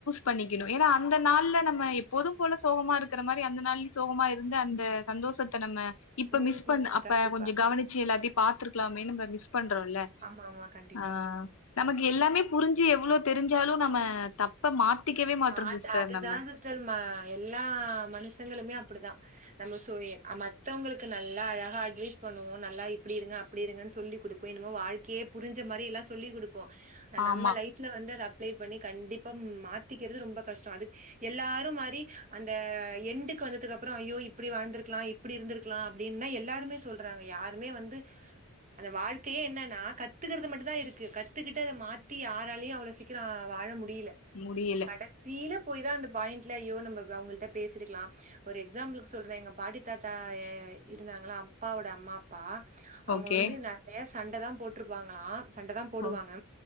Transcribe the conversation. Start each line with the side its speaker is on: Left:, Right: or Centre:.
Left: பண்ணிக்கனு ஏன்னா அந்த நாள்ல நம்ம எப்போதும் போல சோகமா இருக்கிற மாரி அந்த நாள்லயு சோகமா இருந்து அந்த சந்தோஷத்த நம்ம இப்ப
Right: ம்.
Left: மிஸ் பண்ண அப்ப
Right: கண்டிப்பா.
Left: கொஞ்ச கவனிச்சு எல்லாத்தையு பாத்துருக்கலாமேனு நம்ம மிஸ் பண்றோல்ல
Right: ஆமாமா. கண்டிப்பா.
Left: ஆ நமக்கு எல்லாமே புரிஞ்சு எவ்வளோ தெரிஞ்சாலு நம்ம தப் ப மாத்திக்கவே மாட்றோ
Right: மாத்
Left: சிஸ்டர்
Right: அதுதா
Left: நம்ம
Right: சிஸ்டர் ம எல்லா மனுஷங்களுமே அப்டிதா நம்ம சொ ஏ மத்தவங்களுக்கு நல்லா அழகா அட்வைஸ் பண்ணுவோ நல்லா இப்டி இருங்க அப் டி இருங்கன்னு சொல்லி குடுப்போ என்னமோ வாழ்க்கையே புரிஞ்ச மாரி எல்லா சொல்லிக் குடுப்போ ஆ
Left: ஆமா
Right: நம்ம லைஃப்ல வந்து அத அப்ளை பண்ணி கண்டிப்பா மாத்திக்கறது ரொம்ப கஷ்டோ அது எல்லாரும் மாரி அந்த எண்டுக்கு வந்ததுக்கு அப்புற ஐயோ இப்டி வாழ்ந்துருக்கலா இப் இப்டி இருந்துருக்கலா அப்டின்தா எல்லாருமே சொல்றாங்க யாருமே வந்து அந்த வாழ்க்கையே என்னன்னா கத்துக்கறது மட்டுந்தா இருக்கு கத்துக்கிட்டு அத மாத்தி யாராலையு அவ்ளோ சீக்கிர வாழ முடியல
Left: முடியல்
Right: கடைசீல போய் தா அந்த பாயிண்ட்ல ஐயோ நம்ப அவுங்கள்ட்ட பேசிருக்கலா ஒரு எக்ஸாம்பிளுக்கு சொல்றே எங்க பாட்டி தாத்தா ஏ இருந்தாங்களே அப்பாவோட அம்மா ப்பா அவங்க
Left: ஓகே
Right: வந்து நறைய சண்டதா போட்ருப்பாங்களா சண்டதா போடுவாங்க
Left: ஓ